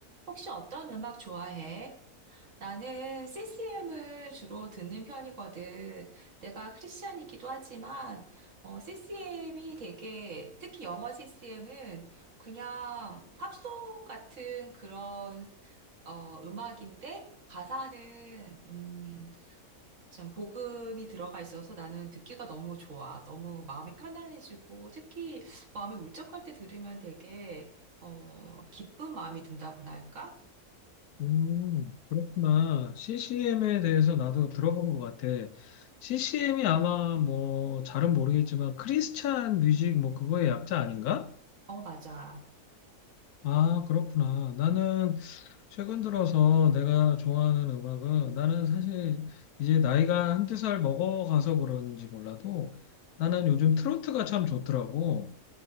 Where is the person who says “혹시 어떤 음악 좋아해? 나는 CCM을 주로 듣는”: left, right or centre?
Right